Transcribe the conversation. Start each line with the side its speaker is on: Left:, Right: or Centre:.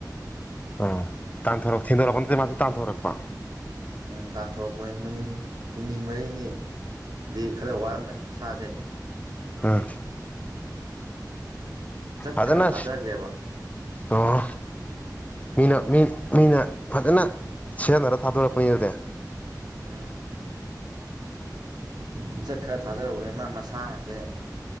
Left: ꯑꯣ ꯇꯥꯟꯊꯣꯔꯛꯄ ꯊꯤꯟꯗꯣꯔꯛꯄ ꯅꯠꯇ ꯃꯥꯗꯨ ꯇꯥꯟꯊꯣꯔꯛꯄ
Right: ꯎꯝ ꯇꯥꯟꯊꯣꯔꯛꯄꯅꯤ ꯅꯨꯃꯤꯠ ꯍꯨꯝꯅꯤ ꯃꯔꯤꯅꯤ ꯗꯤ ꯈꯔ ꯋꯥꯔꯝꯕꯅꯤ ꯏꯁꯥꯁꯦ
Left: ꯎꯝ
Right: ꯖꯛ
Left: ꯑꯗꯨꯗꯅ
Right: ꯈꯔ ꯊꯥꯗꯈ꯭ꯔꯦꯕ
Left: ꯑꯣ ꯃꯤꯅ ꯃꯤ ꯃꯤꯅ ꯐꯖꯅ ꯁꯤꯖꯤꯟꯅꯔ ꯊꯥꯗꯣꯔꯛꯄꯅꯤ ꯑꯗꯨꯗꯤ
Right: ꯑꯝ ꯄꯆꯠ ꯈꯔ ꯊꯥꯗꯔꯧꯨꯔꯦ ꯃꯥ ꯃꯁꯥꯁꯦ